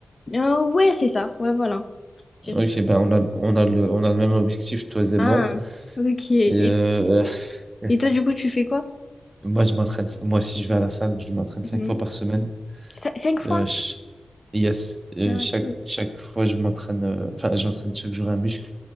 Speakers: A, on the left; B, on the right.
A: Euh, ouais, c'est ça, ouais, voilà. je dirais
B: Ok,
A: ça.
B: ben on a, on a le, on a le même objectif, toi et
A: Ah,
B: moi.
A: ok. Et,
B: Et euh, <laughs>
A: et toi, du coup, tu fais quoi?
B: moi, je m'entraîne, moi, si je vais à la salle, je m'entraîne
A: Mhm.
B: cinq fois par semaine.
A: Cin- Cinq fois?
B: Euh, Yes, et
A: Ah,
B: chaque,
A: ok.
B: chaque fois je m'entraîne, euh, enfin j'entraîne chaque jour un muscle.